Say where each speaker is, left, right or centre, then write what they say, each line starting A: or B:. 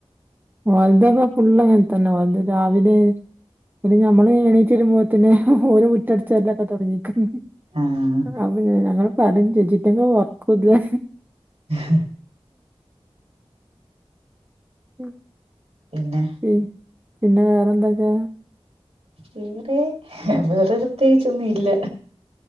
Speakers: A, on the right; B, on the right.
A: ഓൽതകെ ഫുള്ള് അങ്ങൻതന്നെ ഓൽത് രാവിലെ പിന്നെ ഞമ്മള് എണീറ്റ് വരുമ്പോതിന് ഓര് മുറ്റടിചാര്ല്ലൊക്കെ തുടങ്ങിക്കും.
B: ആഹ്
A: അപ്പോ ഞങ്ങൾ പറയും ചേച്ചിക്ക് ഒന്നും ഉറക്കുല്ലേ
B: ഉ <inaudible>
A: ഉം.
B: പിന്നെ
A: ഈ പിന്നെ വേറെന്തൊക്കെ?
B: വേറെ വേറെ പ്രത്യേകിച്ചൊന്നും ഇല്ല.